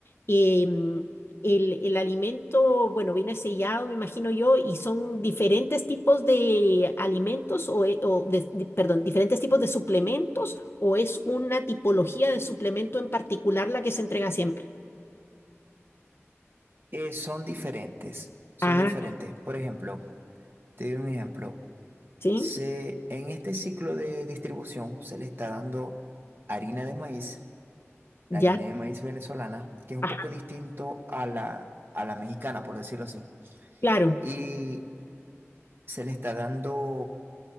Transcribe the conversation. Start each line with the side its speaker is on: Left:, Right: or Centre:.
Left: Em, el, el alimento, bueno, viene sellado, me imagino yo, y son diferentes tipos de alimentos o, e- o de- de- perdón, diferentes tipos de suplementos o es una tipología de suplemento en particular la que se entrega siempre.
Right: Eh, son diferentes, son
Left: Ah,
Right: diferentes. Por ejemplo, te doy un ejemplo.
Left: sí,
Right: Se, en este ciclo de distribución se le está dando harina de maíz, la
Left: ya,
Right: harina de maíz venezolana, que es un
Left: ajá,
Right: poco distinto a la, a la mexicana, por decirlo así.
Left: claro,
Right: Y se le está dando